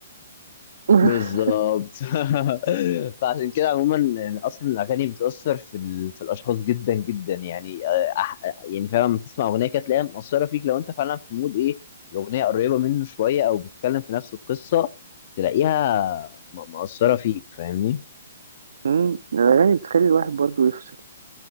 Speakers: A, on the right; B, on the left.
A: <laughs>
B: بالظبط <laughs> فعشان كده عموما يعني اصلا الاغاني بتاثر في ال... في الاشخاص جدا جدا يعني آه، أح... يعني فعلا لما تسمع اغنيه كده تلاقيها مؤثره فيك لو انت فعلا في مود ايه الاغنيه قريبه منه شويه او بتتكلم في نفس القصه تلاقيها م- مؤثره فيك فاهمني
A: أمم، الأغاني بتخلي الواحد برضه يفصل